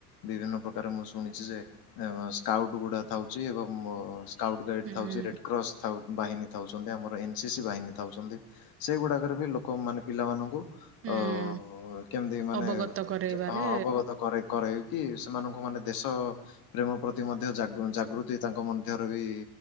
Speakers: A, on the left (about 50°); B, on the right (about 30°).
A: ବିଭିନ୍ନ ପ୍ରକାର ମୁଁ ଶୁଣିଚି ଯେ ଏମ ସ୍କାଉଟ୍ ଗୁଡା ଥାଉଚି ଏବଂ ମ୍ ସ୍କାଉଟ୍ ଗାଇଡ୍
B: ହୁଁ
A: ଥାଉଚି ରେଡ୍ କ୍ରସ୍ ଥାଉ ବାହିନୀ ଥାଉଚନ୍ତି ଆମର ଏନ୍ ସି ସି ବାହିନୀ ଥାଉଚନ୍ତି ସେଗୁଡ଼ାକରେ ବି ଲୋକମାନେ ପିଲାମାନଙ୍କୁ
B: ହୁଁ
A: ଅ କେମିତି ମାନେ
B: ଅବଗତ କରେଇବାରେ
A: ଚା ହଁ ଅବଗତ କଇରେ କରେଇ କି ସେମାନଙ୍କୁ ମାନେ ଦେଶ ପ୍ରେମ ପ୍ରତି ମ ଧ୍ୟ ଜାଗ ଅଁ ଜାଗୃତି ତାଙ୍କ ମଧ୍ୟରେ ବି